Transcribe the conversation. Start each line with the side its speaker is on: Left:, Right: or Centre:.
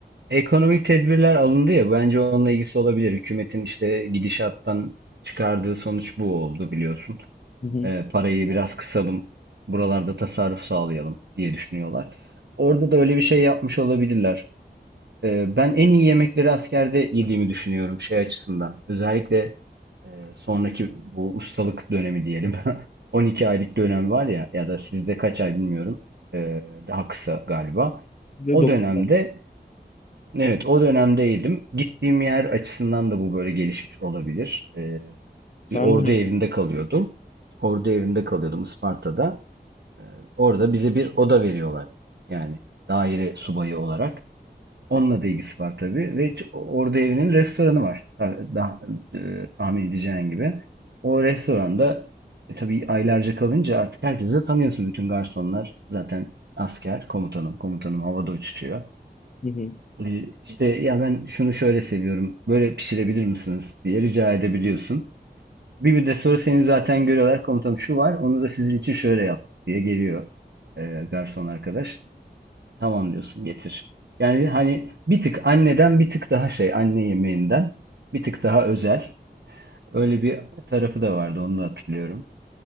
Right: ekonomik tedbirler alındı ya bence onunla ilgisi olabilir. Hükümetin işte gidişattan çıkardığı sonuç bu oldu biliyorsun.
Left: Hı hı.
Right: e, parayı biraz kısalım, buralarda tasarruf sağlayalım diye düşünüyorlar. Orada da öyle bir şey yapmış olabilirler. E, ben en iyi yemekleri askerde yediğimi düşünüyorum şey açısından. Özellikle e, sonraki bu ustalık dönemi diyelim. <laughs> 12 aylık dönem var ya ya da sizde kaç ay bilmiyorum. E, daha kısa galiba.
Left: Ve
Right: O
Left: dokuz.
Right: dönemde evet o dönemdeydim. Gittiğim yer açısından da bu böyle gelişmiş olabilir. E,
Left: Sen
Right: bir ordu
Left: de.
Right: evinde kalıyordum. Ordu evinde kalıyordum Isparta'da. Ee, Orada bize bir oda veriyorlar. Yani daire subayı olarak. Onunla da ilgisi var tabii. Ve ç- orada evinin restoranı var. Ta- da- e, tahmin edeceğin gibi. O restoranda e, tabii aylarca kalınca artık herkesi de tanıyorsun. Bütün garsonlar zaten asker, komutanım. Komutanım havada uçuşuyor.
Left: Hı hı.
Right: E, İşte ya ben şunu şöyle seviyorum. Böyle pişirebilir misiniz diye rica edebiliyorsun. Bir müddet sonra seni zaten görüyorlar komutanım şu var onu da sizin için şöyle yaptık diye geliyor e, garson arkadaş. Tamam diyorsun getir. Yani hani bir tık anneden bir tık daha şey anne yemeğinden bir tık daha özel. Öyle bir tarafı da vardı onu da hatırlıyorum.